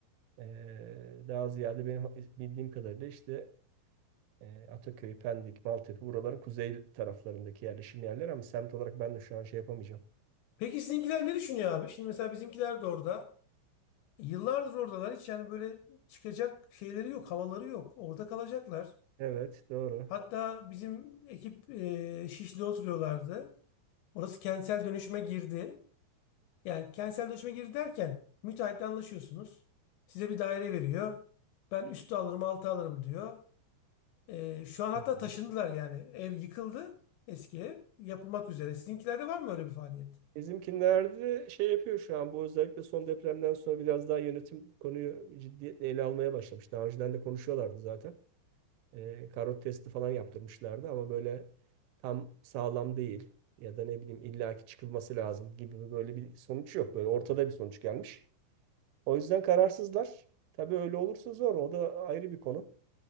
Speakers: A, on the right; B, on the left.
A: E, daha ziyade benim bildiğim kadarıyla işte E, Ataköy, Pendik, Maltepe buraları kuzey taraflarındaki yerleşim yerleri ama semt olarak ben de şu an şey yapamayacağım.
B: Peki sizinkiler ne düşünüyor abi? Şimdi mesela bizimkiler de orada. Yıllardır oradalar. Hiç yani böyle çıkacak şeyleri yok, havaları yok. Orada kalacaklar.
A: Evet, doğru.
B: Hatta bizim ekip e, Şişli oturuyorlardı. Orası kentsel dönüşüme girdi. Yani kentselleşme girdi derken müteahhitle anlaşıyorsunuz. Size bir daire veriyor. Ben üstü alırım altı alırım diyor. Ee, şu an hatta
A: Hı hı.
B: taşındılar yani. Ev yıkıldı eski ev. Yapılmak üzere. Sizinkilerde var mı öyle bir faaliyet?
A: Bizimkilerde şey yapıyor şu an bu özellikle son depremden sonra biraz daha yönetim bu konuyu ciddiyetle ele almaya başlamış. Daha önceden de konuşuyorlardı zaten. E, karot testi falan yaptırmışlardı ama böyle tam sağlam değil ya da ne bileyim illaki çıkılması lazım gibi böyle bir sonuç yok. Böyle ortada bir sonuç gelmiş. O yüzden kararsızlar. Tabii öyle olursa zor. O da ayrı bir konu.